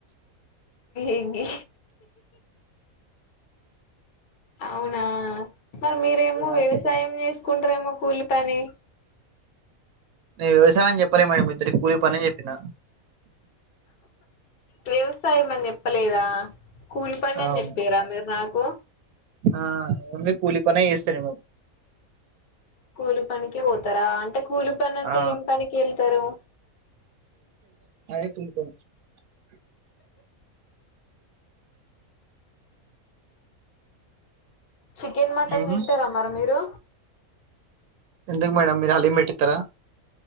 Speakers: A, on the left; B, on the right.
A: ఎంది అవునా మరి మీరేమో
B: ఇగ రాష్ట్రపతి
A: వ్యవసాయం చేసుకుంటారేమో కూలి పని
B: నేను వ్యవసాయం అని చెప్పాలె మేడం మొత్తోటి కూలి పనే చెప్పిన
A: వ్యవసాయం అని చెప్పలేదా కూలి పని అని
B: అవును
A: చెప్పిరా మీరు నాకు
B: ఆ ఓన్లీ కూలి పనే చేస్తా నేను
A: కూలి పనికే పోతారా అంటే కూలి పని అంటే
B: ఆ
A: ఏం పనికి ఏళ్తారు
B: అయి తుకాంచ్ <unintelligible>
A: చికెన్ మటన్
B: ఉమ్
A: తింటారా మరి మీరు
B: ఎందుకు మేడమ్ మీరు హలీం పెట్టిథారా